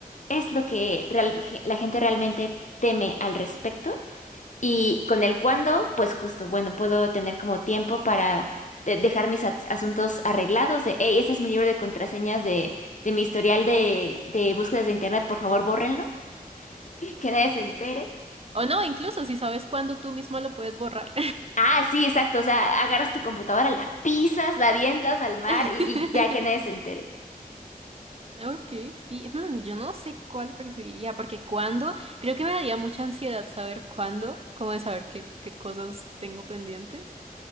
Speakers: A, on the left (about 55°); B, on the right (about 40°).
A: es lo que real- la gente realmente teme al respecto. Y con el cuándo, pues justo, bueno, puedo tener como tiempo para de- dejar mis as- asuntos arreglados. De, hey, ese es mi libro de contraseñas de, de mi historial de, de búsquedas de internet, por favor, bórrenlo, <laughs> que nadie se entere.
B: O no, incluso si sabes cuándo tú mismo lo puedes borrar.
A: Ah, sí, exacto, o sea, agarras tu computadora, la pisas, la avientas al mar
B: <laughs>
A: y, y ya que nadie se entere.
B: Ok, sí, mm, yo no sé cuál preferiría, porque cuándo, creo que me daría mucha ansiedad saber cuándo, como de saber qué, qué cosas tengo pendientes,